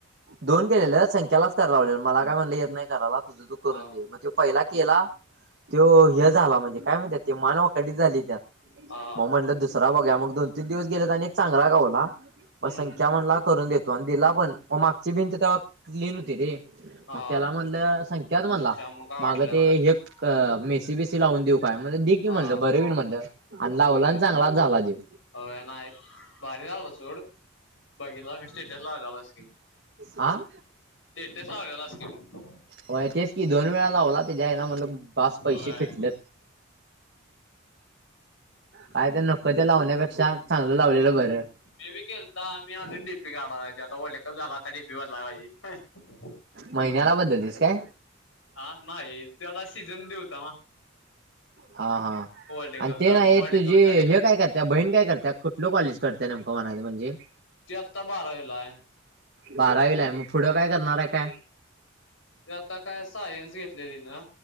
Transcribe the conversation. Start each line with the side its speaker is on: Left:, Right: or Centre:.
Right: दोन केलेले संख्यालाच करा लावलेल, मला काय म्हणलं येत नाही करायला. तुझ तु करून
Left: हा
Right: दे. मग ते पहिला केला त्यो
Left: हा
Right: हे
Left: हा
Right: झाला, म्हणजे काय म्हणत्यात ते मान वकडी झाली त्यात,
Left: हा
Right: मग म्हटलं दुसरा बघुया. मग दोन तीन दिवस गेल तर आणि एक चांगला घावला.
Left: हम्म
Right: मग संख्या म्हणला करून देतो, आणि दिला पण मग मागची भिंंत तेव्हा क्लीन व्हती रे.
Left: हा
Right: मग त्याला म्हणलं संख्याच म्हणला,
Left: त्यामुळे काय
Right: माग
Left: वाटलं
Right: ते
Left: ना
Right: हे मेसी बेसी लावून देऊ काय, दे की म्हणलं
Left: हा
Right: बरं होईल म्हणल आणि लावला
Left: होय
Right: आणि चांगलाच झाला त्यो.
Left: होय नाही भारी झालता सोड. बघितलं मी स्टेटस लावलेलास की.
Right: आं.
Left: स्टटेस लावलेलास की. तू
Right: होय तेच की दोन वेळा लावला. त्याच्या आईला म्हणलं बास पैस
Left: होय
Right: फिटलं. काय ते नको ते लावण्यापेक्षा चांगलं लावलेलं बरं.
Left: मी बी केलता, मी अजून डीपी काढालोय, आता वर्ल्ड कप झाला आता डीपी बदलाय पाहिजे.
Right: महिन्याला बद्दललीस काय.
Left: हा नाही त्यो आता शिजन बी होता.
Right: हा हा
Left: वर्ल्ड
Right: आणि
Left: कपचा
Right: ते नाय,
Left: मग वर्ल्ड
Right: तुझी
Left: कपचा डीपी
Right: हे काय करत्या बहीण काय करत्या. कुठल कॉलेज करत्या नेमकं म्हणायच म्हणजे.
Left: ती आत्ता बारावीला आहे.
Right: बारावीला आहे, मग पुढं काय करणार आहे काय?
Left: ते आता काय सायन्स घेतल ती‌न.